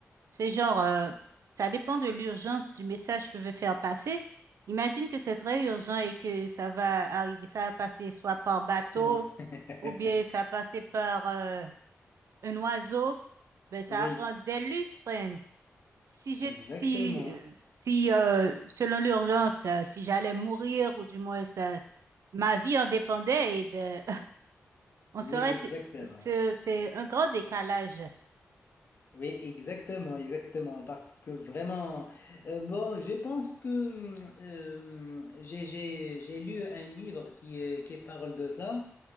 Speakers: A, on the right (about 75°); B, on the left (about 45°).
A: C'est genre, euh, ça dépend de l'urgence du message que veut faire passer. Imagine que c'est très urgent et que ça va arriver, ça va passer soit par bateau
B: Exactement. <laughs>
A: ou bien ça va passer par euh, un oiseau. Ben, ça
B: Oui,
A: va prendre des lustres. hein. Si j'ai,
B: exactement.
A: si, euh, si euh, selon l'urgence, euh, si j'allais mourir ou du moins ça, ma vie en dépendait, eh ben, <laughs> on
B: Oui,
A: serait,
B: exactement.
A: c'est, c'est c'est un grand décalage.
B: Oui, exactement, exactement, parce que vraiment, euh, bon, je pense que hum, euh, j'ai j'ai- j'ai lu un livre qui, euh, qui parle de ça.